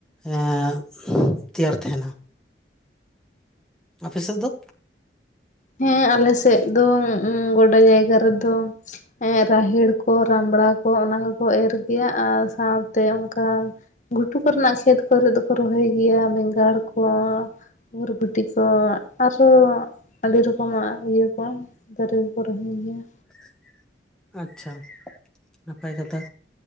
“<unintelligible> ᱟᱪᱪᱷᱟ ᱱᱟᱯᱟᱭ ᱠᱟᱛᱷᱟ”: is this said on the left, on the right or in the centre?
Centre